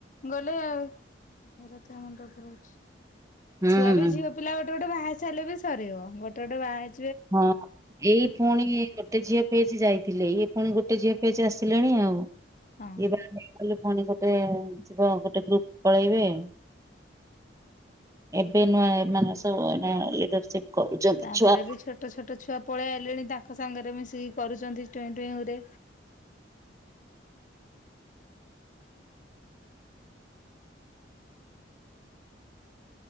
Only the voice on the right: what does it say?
ହୁଁ।
ହଁ ଏଇ ପୁଣି ଗୋଟେ ଝିଅ ଫେଜି ଯାଇଥିଲେ ଇଏ ପୁଣି ଗୋଟେ ଝିଅ ଫେଜ ଆସିଲେଣି ଆଉ।
ଇଏ ବାହା ହେଇଗଲେ ପୁଣି ଗୋଟେ। ଟେ ଯିବ ଗୋଟେ ଗ୍ରୁପ ପଳେଇବେ । ଏବେ ନୁଆ ଏ ମାନ ସବୁ ଏଇନା ଲିଡରସିପ କରୁଛନ୍ତି
ଛୁଆ।